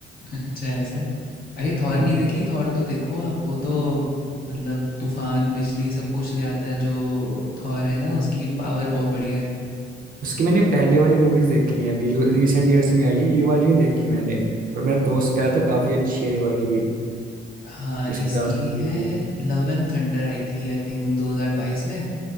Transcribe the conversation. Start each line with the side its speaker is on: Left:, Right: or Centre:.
Left: अच्छा ऐसा है अरे थॉर
Right: हम्म।
Left: नहीं देखी थॉर तो देखो आप वो तो मतलब तूफान बिजली सब कुछ ले आता है जो थॉर है ना उसकी पावर बहुत बढ़िया है
Right: उसकी मैंने पहले वाली मूवीज देखी हैं अभी जो रिसेंट ईयर्स में आई है ये वाली नहीं देखी मैंने पर मेरा दोस्त कह रहा था काफी अच्छी है ये वाली भी
Left: हाँ
Right: उसकी
Left: इसकी
Right: लास्ट मूवी
Left: है
Right: थी
Left: लव एंड थंडर आई थी आई थिंक 2022 में